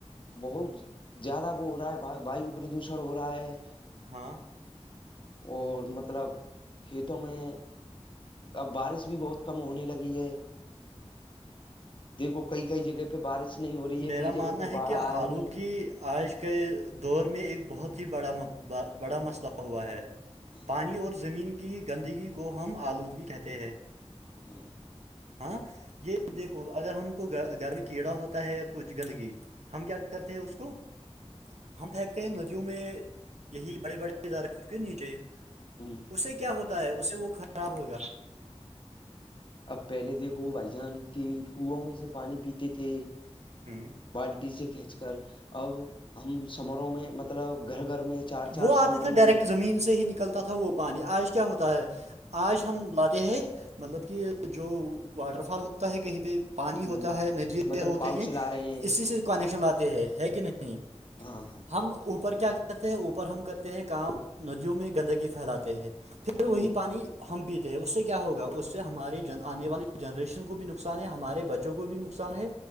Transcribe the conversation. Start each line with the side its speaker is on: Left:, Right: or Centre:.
Left: بہت زیادہ وہ ہو رہا ہے وایو پردوشن ہو رہا ہے
Right: ہاں
Left: اور مطلب کھیتوں میں اب بارش بھی بہت کم ہونے لگی ہے دیکھو کئی کئی جگہ پہ بارش نہیں ہو رہی ہے
Right: میرا
Left: کئی
Right: ماننا
Left: جگہ پہ
Right: ہے
Left: باڑھ
Right: کہ آلودگی
Left: آ رہی ہیں
Right: آج کے دور میں ایک بہت ہی بڑا بڑا مسئلہ ہوا ہے
Left: ہاں
Right: پانی اور زمین کی گندگی کو ہم آلودگی کہتے ہیں
Left: ہمم
Right: ہاں یہ دیکھو اگر ہم کو گھرمے کیڑا ہوتا ہے یا کچھ گندگی ہم کیا کرتے ہیں اس کو ہم پھینکتے ہیں ندیوں میں یہی بڑے بڑےدارخود کے نیچے
Left: ہمم
Right: اسے کیا ہوتا ہے اسے وہ خراب ہوگا
Left: اب پہلے دیکھو بھائی جان کہ کنو میں سے پانی پیتے تھے
Right: ہممم
Left: بالٹی سے کھینچ کر اب ہم سمروں میں مطلب گھر گھر میں چار چار
Right: وہ آتے
Left: سمر
Right: تھے ڈائریکٹ
Left: لگی
Right: زمین سے ہی نکلتا تھا وہ پانی آج کیا ہوتا ہے آج ہم لاتے ہیں مطلب کہ جو واٹر فال ہوتا ہے کہیں پہ پانی
Left: ہ
Right: ہوتا ہے نجیے
Left: مطلب
Right: ہوتے
Left: پاؤچ
Right: ہیں
Left: لا رہے ہیں
Right: اسی سے کانیکشن لاتے ہیں ہے کہ نہیں
Left: ہاں ہاں
Right: ہم اوپر کیا کرتے ہیں اوپر ہم کرتے ہیں کام ندیوں میں گندگی پھیلاتے ہیں پھر وہی
Left: ہ
Right: پانی ہم پیتے ہیں اس سے کیا ہوگا اس سے ہمارے آنے والی جنریشن کو بھی نقصان ہے ہمارے بچے بچوں کو بھی نقصان ہے